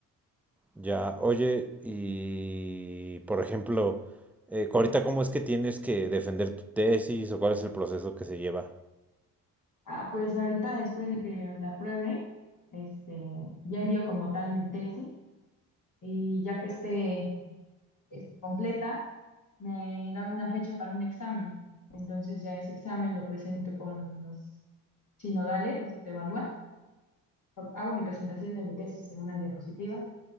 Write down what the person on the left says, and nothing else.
Ah, pues ahorita después de que me la prueben, este, ya envío como tal mi tesis y ya que esté este, completa, me dan una fecha para un examen. Entonces ya ese examen lo presento con los sinodales, los que te evalúan. Hago mi presentación de mi tesis en unas diapositivas.